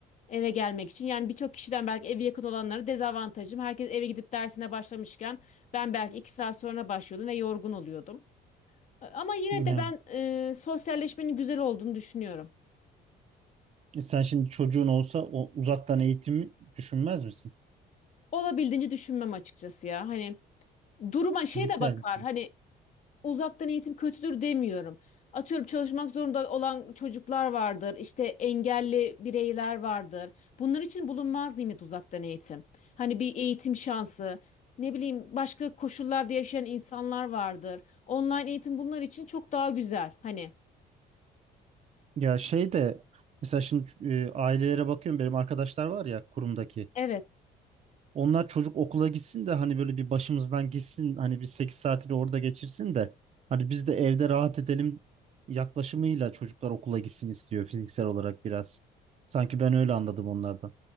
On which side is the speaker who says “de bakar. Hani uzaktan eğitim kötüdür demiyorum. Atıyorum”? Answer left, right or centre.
Left